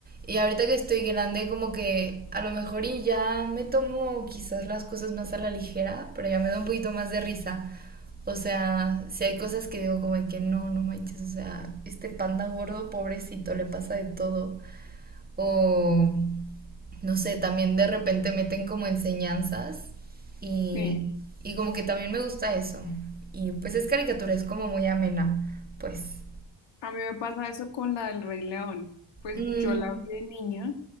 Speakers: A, on the right (about 20°); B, on the left (about 80°).
A: Y ahorita que estoy grande, como que a lo mejor y ya me tomo quizás las cosas más a la ligera, pero ya me da un poquito más de risa. O sea, si hay cosas que digo como que no, no manches, o sea, este panda gordo, pobrecito, le pasa de todo. O, no sé, también de repente meten como enseñanzas y,
B: Sí,
A: y como que también me gusta eso. Y pues es caricatura, es como muy amena, pues.
B: a mí me pasa eso con la del Rey León. Pues
A: Mm,
B: yo la vi de niña.